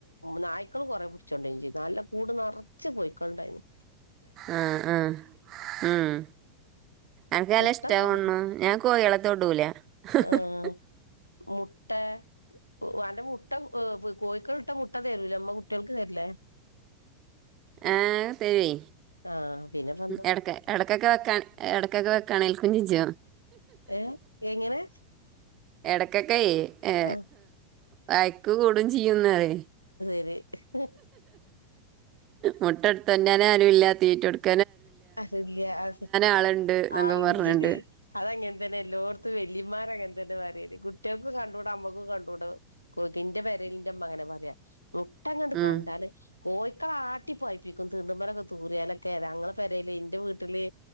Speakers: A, on the left; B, on the right.
A: നായ്ക്കള് കുറെ പിടിച്ചോണ്ടായി ചെയ് നല്ല കൂട് നറച്ച് കോയിക്കളുണ്ടായിരുന്നു
B: ആഹ് ആഹ് ഉം എനക്ക്ല്ല
A: മുട്ട
B: ഇഷ്ടണു
A: നല്ല കിട്ടും
B: ഞാൻ കോഴളത്തൊടൂല <unintelligible>
A: ആഹ് മുട്ട വന്റെ മുട്ട കോഴക്കള ഇട്ട മുട്ട തരൂല അമ്മ കുട്ടികൾക്ക് തരിലേ
B: ആ തരുഎ
A: ആഹ് പിന്നെപ്പ എന്താ
B: എടക്ക ഇടക്കെ വെക്കാ ഇടക്കൊക്കെ വെക്കാണെങ്കൽക്കുഞ്ി ജ്യോ
A: ഏ എങ്ങനെ
B: എടക്കൊക്കെ ഏ
A: ആഹ്
B: വായക്ക് കൂടും ചെയ്യുന്നതേ
A: അ
B: മുട്ട എടുത്ത് തന്നാനെ അനും ഇല്ലാ തീറ്റ എടുത്ത്
A: അല്ല അ
B: ആളുണ്ട് എന്നൊക്കെ
A: ആളണ്ട്
B: പറഞ്ഞിട്ട്
A: അതങ്ങന തന്നെല്ലോർത്ത് വ വല്ലിമാരങ്ങനെ തന്നെ വയേ കുട്ടികൾക്ക് കണ്ട കൂടും അമ്മക്കും കണ്ട കൂടും കൊതിന്റെ പരലന്റെ അങ്ങനെ പറയാ മുട്ടങ്ങോട്ട്
B: ഉം
A: കണ്ടാല് കോഴക്കള ആട്ടി പോയിപ്പിക്കും തീണ്ടുമ മരൊക്കെ തൂരാനൊക്കെ തഞങ്ങൾ പെരേൽ ല്ല എന്റെ വീട്ടില്